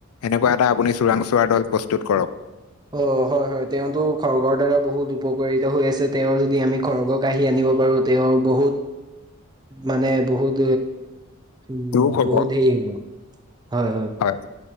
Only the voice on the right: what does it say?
অ হয় হয়, তেওঁতো খৰ্গৰ দ্বাৰা বহুত উপকাৰিত হৈ আছে। তেওঁৰ যদি আমি খৰ্গ কাঢ়ি আনিব পাৰো তেওঁৰ বহুত মানে বহুত। উম,
বহুত হেৰি হব, হয় হয়।